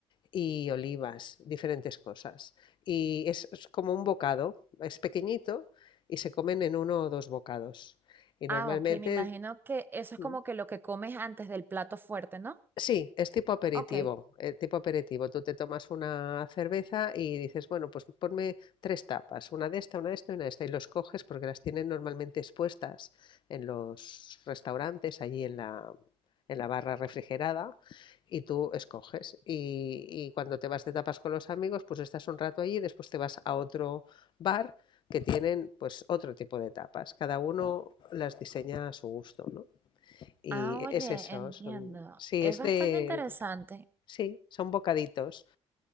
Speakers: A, on the left; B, on the right.
A: y olivas, diferentes cosas. Y es, es como un bocado, es pequeñito y se comen en uno o dos bocados. Y
B: Ah,
A: normalmente,
B: ok, me imagino que eso
A: mm,
B: es como que lo que comes antes del plato fuerte, ¿no?
A: Sí, es tipo aperitivo,
B: Ok.
A: eh, tipo aperitivo. Tú te tomas una cerveza y dices, bueno, pues ponme tres tapas, una de esta, una de esta y una de esta, y los coges porque las tienen normalmente expuestas en los restaurantes, allí en la, en la barra refrigerada, y tú escoges. Y, y cuando te vas de tapas con los amigos, pues estás un rato allí y después te vas a otro bar que tienen pues otro tipo de tapas. Cada uno las diseña a su gusto, ¿no? Y
B: Ah, oye,
A: es eso,
B: entiendo.
A: son, sí,
B: Es
A: es
B: bastante
A: de,
B: interesante.
A: sí, son bocaditos